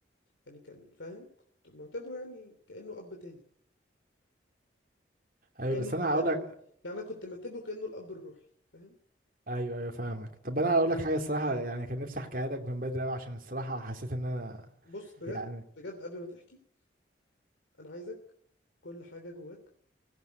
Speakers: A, on the left; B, on the right.
A: يعني كان فاهم كنت معتبره يعني كأنه أب تاني
B: ايوه
A: كأنه
B: بس انا هقول
A: يعني
B: لك
A: يعني أنا كنت معتبره كأنه الأب الروحي فاهم
B: ايوه ايوه فاهمك طب انا هقول لك حاجه الصراحه يعني كان نفسي احكيها لك من بدري قوي عشان الصراحه حسيت ان انا
A: بص بجد
B: يعني
A: بجد قبل ما تحكي أنا عايزك كل حاجة جواك